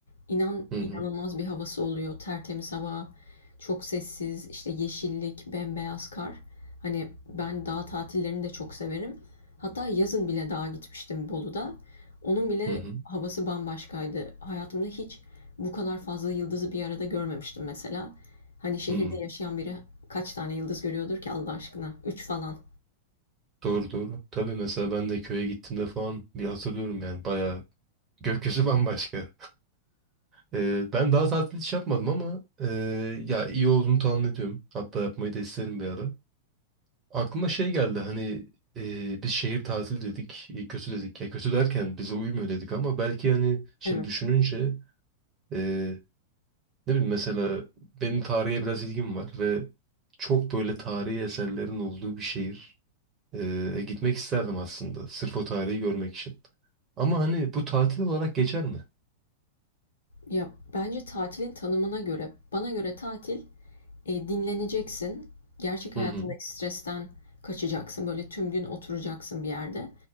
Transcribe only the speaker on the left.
inan
inanılmaz bir havası oluyor. Tertemiz hava, çok sessiz, işte yeşillik, bembeyaz kar. Hani ben dağ tatillerini de çok severim. Hatta yazın bile dağa gitmiştim Bolu'da. Onun bile
havası bambaşkaydı. Hayatımda hiç bu kadar fazla yıldızı bir arada görmemiştim mesela. Hani şehirde
yaşayan biri kaç tane yıldız görüyordur ki Allah aşkına? Üç falan.
Evet.
Ya, bence tatilin tanımına göre, bana göre tatil e, dinleneceksin. Gerçek hayatındaki
stresten kaçacaksın. Böyle tüm gün oturacaksın bir yerde.